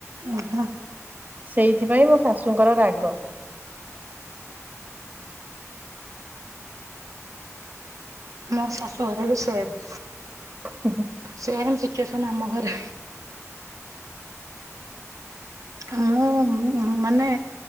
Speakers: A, on the right; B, on the right.
A: ଓହୋ।
B: ସେଇଥିପାଇଁ ମୋ ଶାଶୁଙ୍କର ରାଗ।
A: ମୋ ଶାଶୁ ଘର ବି ସେମ୍।
B: ହୁଁ ହୁଁ
A: ସେମ୍ ସିଚୁଏସନ୍ ଆମ ଘରେ। ହଁ, ମୁଁ ମୁଁ ମାନେ